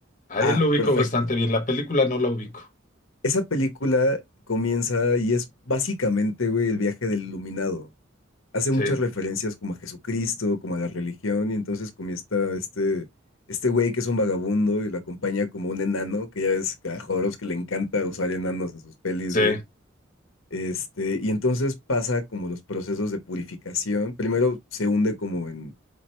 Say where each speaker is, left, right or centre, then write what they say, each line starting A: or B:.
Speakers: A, on the left; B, on the left.
A: A
B: Ah,
A: él lo ubico
B: perfecto.
A: bastante bien. La película no la ubico.
B: Esa película comienza y es básicamente, güey, el viaje del iluminado. Hace
A: Sí,
B: muchas referencias como a Jesucristo, como a la religión, y entonces comienza este, este güey que es un vagabundo y lo acompaña como un enano, que ya ves que a Jodorowsky le encanta usar enanos en sus pelis,
A: sí,
B: güey. Este, y entonces pasa como los procesos de purificación. Primero se hunde como en